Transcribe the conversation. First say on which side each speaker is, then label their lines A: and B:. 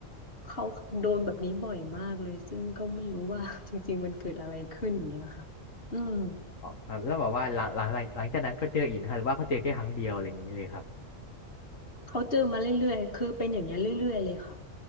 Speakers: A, on the left; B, on the left.
A: เขาโดนแบบนี้บ่อยมากเลยซึ่งก็ไม่รู้ว่า <laughs> จริงๆมันเกิดอะไรขึ้นอย่างเงี้ยค่ะอืม
B: อ๋อครับแล้วแบบว่าหลังหลังหลังหลังจากนั้นเขาเจออีกไหมครับหรือว่าเขาเจอแค่ครั้งเดียวอะไรอย่างนี้เลยครับ
A: เขาเจอมาเรื่อยๆคือเป็นอย่างเงี้ยเรื่อยๆเลยค่ะ